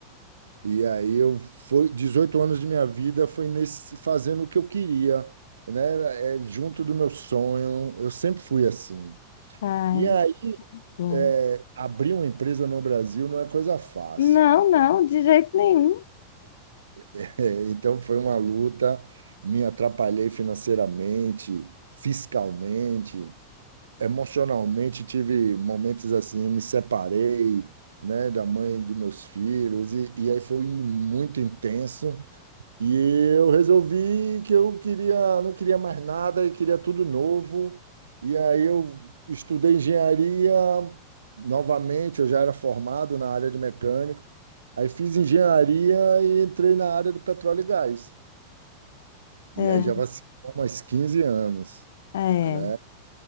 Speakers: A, on the right; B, on the left.
A: e, e aí eu foi 18 anos de minha vida foi nesse fazendo o que eu queria, né? É, junto do meu sonho. Eu sempre fui assim.
B: Ai,
A: E aí
B: bom.
A: é, abrir uma empresa no Brasil não é coisa fácil.
B: Não,
A: <laughs>
B: não, de jeito nenhum.
A: É, então foi uma luta. Me atrapalhei financeiramente, fiscalmente, emocionalmente. Tive momentos assim, me separei, né, da mãe de meus filhos e, e aí foi muito intenso. E eu resolvi que eu queria, não queria mais nada e queria tudo novo. E aí eu estudei engenharia novamente, eu já era formado na área de mecânica. Aí fiz engenharia e entrei na área de petróleo e gás. E
B: É,
A: aí já vai ser umas 15 anos,
B: é.
A: né?